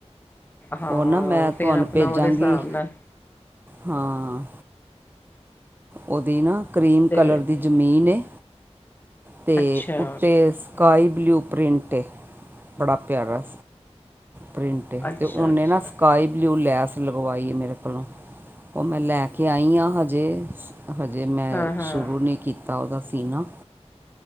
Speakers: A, on the left (about 15°); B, on the right (about 15°).
A: ਹਾਂ
B: ਓਨਾ ਮੈਂ
A: ਫਿਰ
B: ਤੋਆਨੂੰ
A: ਆਪਣਾ
B: ਪੇਜਾਂਗੀ,
A: ਉਹਦੇ ਹਿਸਾਬ ਨਾਲ
B: ਹਾਂ। ਓਦੀ ਨਾ ਕਰੀਮ
A: ਤੇ
B: ਕਲਰ ਦੀ ਜ਼ਮੀਨ ਏ। ਤੇ
A: ਅੱਛਾ
B: ਉੱਤੇੇ ਸਕਾਈ ਬਲੂ ਪ੍ਰਿੰਟ ਏ, ਬੜਾ ਪੇਆਰਾ ਪ੍ਰਿੰਟ ਏ,
A: ਅੱਛਾ
B: ਤੇ ਓਨੇ
A: ਅੱਛਾ
B: ਨਾ ਸਕਾਈ ਬਲੂ ਲੈਸ ਲਗਵਾਈ ਏ ਮੇਰੇ ਕੋਲੋਂ, ਓ ਮੈਂ ਲੈਕੇ ਆਈ ਆਂ, ਹਜੇ ਹਜੇ ਮੈਂ
A: ਹਾਂ-ਹਾਂ
B: ਸ਼ੁਰੂ ਨੀ ਕੀਤਾ ਓਦਾ ਸੀਨਾ।